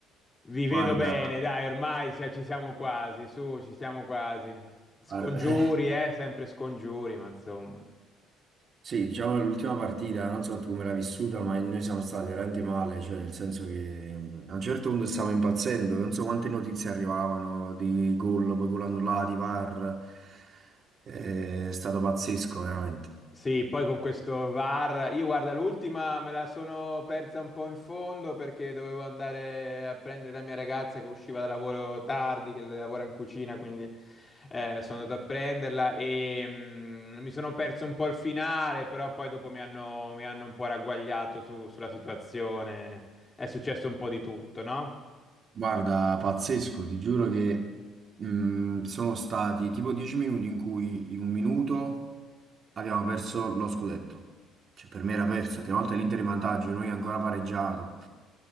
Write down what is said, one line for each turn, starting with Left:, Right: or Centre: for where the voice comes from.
Left: Vi vedo
Right: Guarda,
Left: bene, dai, ormai ci ci siamo quasi, su, ci siamo quasi. Scongiuri,
Right: guarda, eh,
Left: eh, sempre scongiuri, ma insomma.
Right: sì, diciamo l'ultima partita, non so tu come l'hai vissuta, ma noi siamo stati veramente male, cioè nel senso che a un certo punto stavamo impazzendo, non so quante notizie arrivavano di gol, poi gol annullati, VAR, eh, è stato pazzesco veramente.
Left: Sì, poi con questo VAR, io guarda, l'ultima me la sono persa un po' in fondo perché dovevo andare a prendere la mia ragazza che usciva da lavoro tardi, che lavora in cucina, quindi eh, sono andato a prenderla e mm, mi sono perso un po' il finale, però poi dopo mi hanno, mi hanno un po' ragguagliato su- sulla situazione, è successo un po' di tutto, no?
Right: Guarda, pazzesco, ti giuro che mh, sono stati tipo dieci minuti in cui in un minuto abbiamo perso lo scudetto. Cioè, per me era perso, che una volta l'Inter in vantaggio, noi ancora pareggiato. A